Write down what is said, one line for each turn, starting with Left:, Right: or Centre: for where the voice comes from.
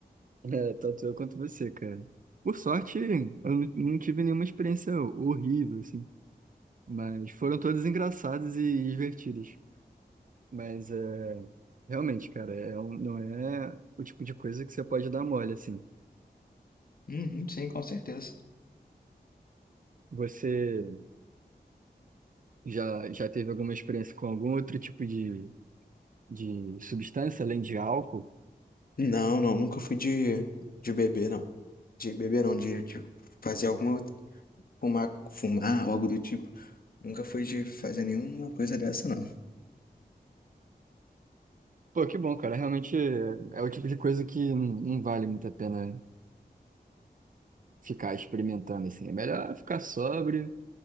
Right: É, tanto eu quanto você, cara. Por sorte, eu não não tive nenhuma experiência horrível, assim. Mas foram todas engraçadas e divertidas. Mas é, realmente, cara, é, um- não é o tipo de coisa que você pode dar mole, assim.
Left: Uhum, sim, com certeza.
Right: Você já, já teve alguma experiência com algum outro tipo de, de substância, além de álcool?
Left: Não, não, nunca fui de, de beber, não. De beber, não, de, de fazer alguma. outra- Fumar, fumar, algo do tipo. Nunca fui de fazer nenhuma coisa dessa, não.
Right: Pô, que bom, cara. Realmente é, é o tipo de coisa que não, não vale muito a pena ficar experimentando, assim. É melhor ficar sóbrio